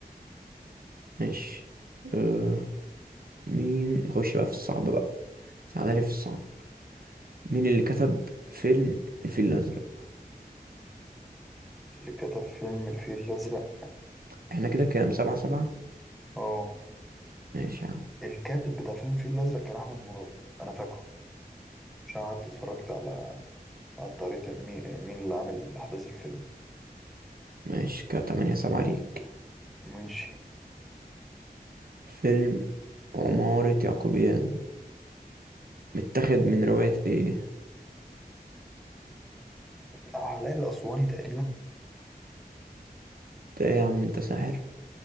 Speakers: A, on the right; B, in the centre.
A: ماشي أه مين نخش بقى في الصعب بقى سعادة في الصعب مين اللي كتب فيلم الفيل الأزرق
B: اللي كتب فيلم الفيل الأزرق
A: احنا كده كام سبعة سبعة
B: أه
A: ماشي يا عم
B: الكاتب بتاع فيلم الفيل الأزرق كان أحمد مراد أنا فاكره عشان قعدت اتفرجت على على الطريقة مين مين اللي عامل أحداث الفيلم
A: ماشي كده تمانية سبعة ليك
B: ماشي
A: فيلم عمارة يعقوبيان متاخد من رواية ايه
B: علاء الأسواني تقريبا
A: انت ايه يا عم انت ساحر